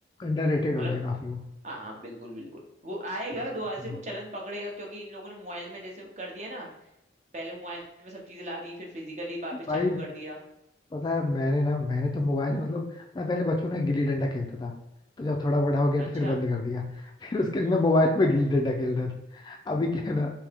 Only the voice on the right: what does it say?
मतलब
हाँ हाँ बिल्कुल बिल्कुल वो आएगा
दुआ से वो चलन पकड़ेगा क्योंकि इन लोगों ने मोबाइल में जैसे कर दिया ना पहले मोबाइल में सब चीजें ला दी फिर फिजिकली वापस
चालू कर दिया
अच्छा